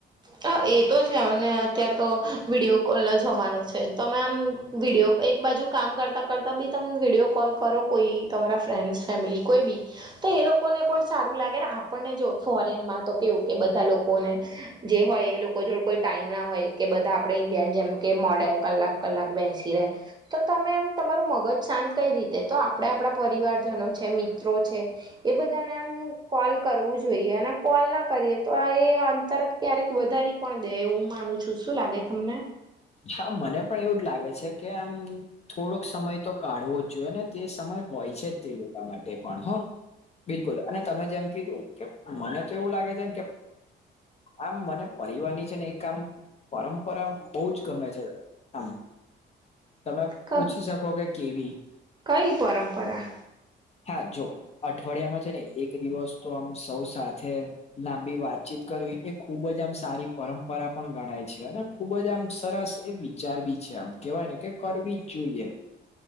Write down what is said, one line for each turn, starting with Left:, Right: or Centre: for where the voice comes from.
Right: હ એ તો છે, અને અત્યાર તો વિડીયો કોલ નો જમાનો છે, તો મે મ... વિડીયો, એક બાજુ કામ કરતાં કરતાં બી તમ વિડીયો કોલ કરો કોઈ તમારા ફ્રેન્ડ્સ ફેમિલી કોઈ બી તો એ લોકોને પણ સારું લાગે ને આપણને જો ફોરેનમાં તો કેવું કે બધા લોકોને જે હોય એ લોકો જોડ કોઈ ટાઈમ ના હોય કે બધા આપણે ઇન્ડિયા ન જેમ કે મોડર્ન કલાક કલાક બેસી રહેે, તો તમે એમ તમારું મગજ શાંત... કઈ રીતે? તો આપણા આપણા પરિવારજનો છે મિત્રો છે એ બધાને આમ કોલ કરવું જોઈએ અને કોલ ના કરીએ તો આ એ અંતર... ક્યારેક વધારી પણ દે હું માનું છું, શું લાગે તમને?
Left: ચ્છા મને પણ એવું જ લાગે છે કે આમ... થોડોક સમય તો કાઢવો જ જોઈએ, ને તે સમય હોય છે જ તે લોકા માટે પણ હં! બિલકુલ, અને તમે જેમ કીધું, કે મને તો એવું લાગે છેન કે આમ મને પરિવાર ની છે ને એક આમ પરંપરા બઉ જ ગમે છે આમ તમે
Right: ક
Left: પૂછી શકો કે કેવી
Right: કઈ પરંપરા
Left: હા, જો અઠવાડિયામાં છે ને એક દિવસ તો આમ સૌ સાથે લાંબી વાતચીત કરવી એ ખૂબ જ આમ સારી પરંપરા પણ ગણાય છે, અને ખૂબ જ આમ સરસ એ વિચાર બી છે આમ કેવાય ને કે કરવી જ જોઈએ.